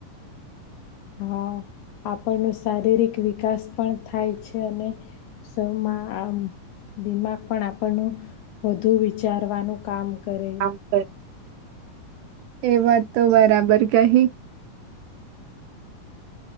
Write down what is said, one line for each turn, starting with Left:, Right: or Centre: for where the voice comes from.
Left: હા આપણ ન શારીરિક વિકાસ પણ થાય છે અને <unintelligible> આમ દિમાગ પણ આપણનું વધુ વિચારવાનું કામ કરે.
Right: <unintelligible> એ વાત તો બરાબર કહી.